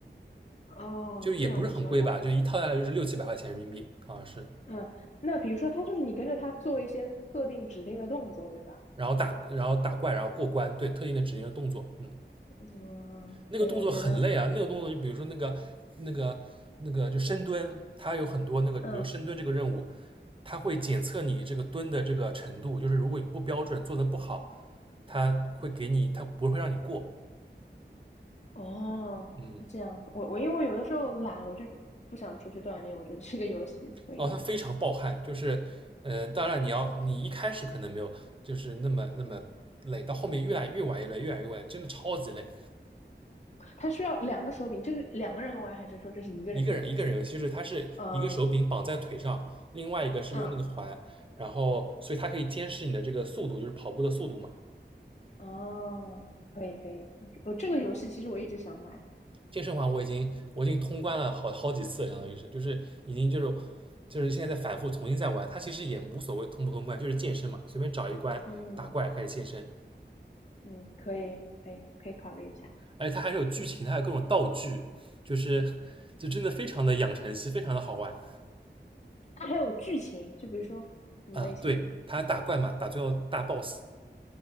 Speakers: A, on the left; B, on the right.
A: 哦，
B: 就也不是很贵吧，
A: 这样的是吧？
B: 就一套下来就是六七百块钱人民币啊，好像是。
A: 嗯，那比如说他就是你跟着他做一些特定指定的动作，对吧？
B: 然后打，然后打怪，然后过关，对特定的指令的动作，嗯，
A: 嗯，
B: 那个动作很累啊，
A: 可以，我觉得，
B: 那个动作就比如说那个那个那个就深蹲，它有很多那个，
A: 嗯，
B: 比如深蹲这个任务，它会检测你这个蹲的这个程度，就是如果你不标准做的不好，它会给你，它不会让你过，
A: 哦，
B: 嗯，
A: 那这样，我我因为我有的时候懒，我就不想出去锻炼，我觉得这个游戏可以。
B: 哦，它非常暴汗，就是呃，当然你要你一开始可能没有就是那么那么累，到后面越来越晚越累，越来越晚，真的超级累，
A: 它需要两个手柄，这是两个人玩还是说这是一个人的游戏？
B: 一个人一个人游戏，就是它是一个手柄绑在腿上，
A: 嗯，
B: 另外一个是用那个环，
A: 嗯，
B: 然后所以它可以监视你的这个速度，就是跑步的速度嘛。
A: 哦，可以可以，我这个游戏其实我一直想买，
B: 健身环我已经我已经通关了好好几次了相当于是就是已经就是就是现在在反复重新再玩，它其实也无所谓通不通关，就是健身嘛，随便找一关打怪开始健身，
A: 嗯嗯，可以可以可以考虑一下。
B: 而且它还是有剧情，它还有各种道具，就是就真的非常的养成系，非常的好玩
A: 它还有剧情，就比如说什么类型的？
B: 啊。对，它打怪嘛，打最后大 boss，